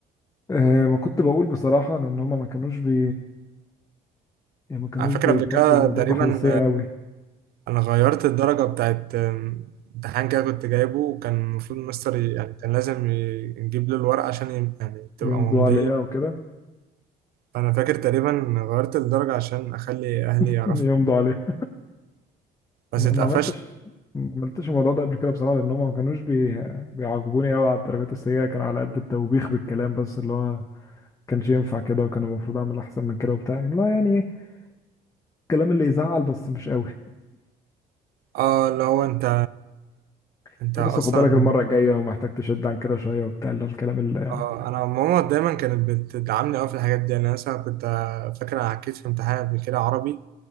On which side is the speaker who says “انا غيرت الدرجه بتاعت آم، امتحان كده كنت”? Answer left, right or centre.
Right